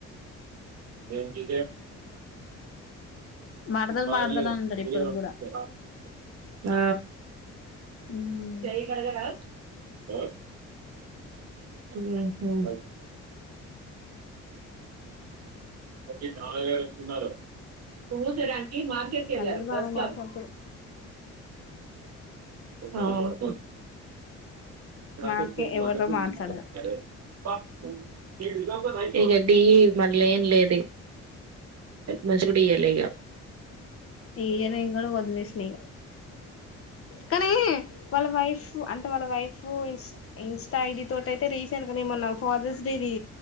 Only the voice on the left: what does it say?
మడతలు
మడతలు అంటాడు ఇప్పటికి
కూడా
మ్మ్
అందరు బానే
మాట్లాడతారు
మాకే
ఎవరితో
మాట్లాడదు
ఇయరింగ్ గూడా వదిలేసిన ఇగ కానీ వాళ్ళ వైఫ్ అంటే వాళ్ళ వైఫ్ ఇన్స్ట్రా ఐడి తోటి అయితే రీసెంట్ గా నేమొన్న ఫాదర్స్ డేది